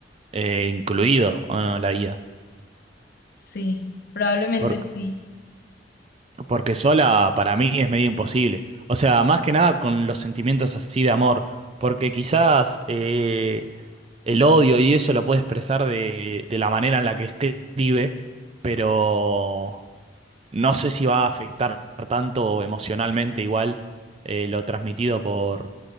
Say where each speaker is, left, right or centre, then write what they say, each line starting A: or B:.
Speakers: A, on the right; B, on the left.
A: eh, incluido, ¿o no, la IA?
B: Sí, probablemente
A: Por-
B: sí.
A: porque sola para mí es medio imposible. O sea, más que nada con los sentimientos así de amor, porque quizás eh, el odio y eso lo puede expresar de, de la manera en la que escribe, pero no sé si va a afectar tanto emocionalmente igual eh, lo transmitido por,